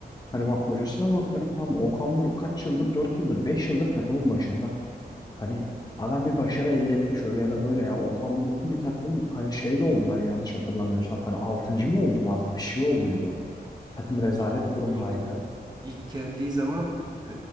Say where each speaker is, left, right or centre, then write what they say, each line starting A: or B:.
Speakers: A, on the left; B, on the right.
A: Hani bak hocasına bakıyorum tam Okan Buruk kaç yıldır 4 yıldır 5 yıldır takımın başında. Hani adam bir başarı elde etmiş öyle ya da böyle ya. Okan Buruk'lu bir takım hani şey de oldu ben yanlış hatırlamıyorsam. Hani altıncı mı oldulardı bir şey olduydu. Takım rezalet
B: Abi Okan
A: durumdaydı.
B: Buruk ilk geldiği zaman e,